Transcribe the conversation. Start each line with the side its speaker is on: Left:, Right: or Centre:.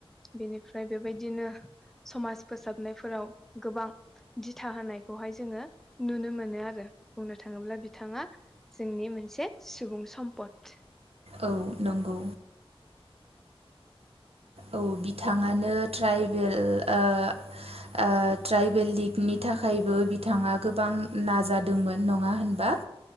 Centre: बेनि फ्राय बेबायदिनो समाज फोसाबनायफोराव गोबां दि था होनायखौहाय जोङो नुनो मोनो आरो बुंनो थाङोब्ला बिथाङा जोंनि मोनसे सुबुं सम्पद।
Right: औ नंगौ। औ बिथाङानो ट्राइबेल ओ ओ ट्राइबेल लिगनि थाखायबो बिथाङा गोबां नाजादोंमोन नङा होनबा।